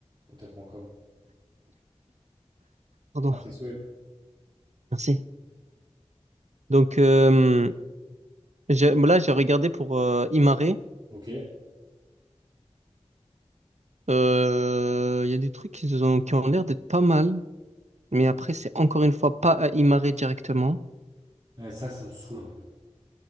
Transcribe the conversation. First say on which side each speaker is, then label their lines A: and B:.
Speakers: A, on the right; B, on the right.
A: hotel.com.
B: Pardon,
A: À tes souhaits.
B: merci. Donc, euh, j'ai- là, j'ai regardé pour euh, Imare.
A: Ok.
B: Euh, Il y a des trucs qui ont, qui ont l'air d'être pas mal, mais après, c'est encore une fois pas à Imare directement.
A: Ouais, ça, ça me saoule un peu.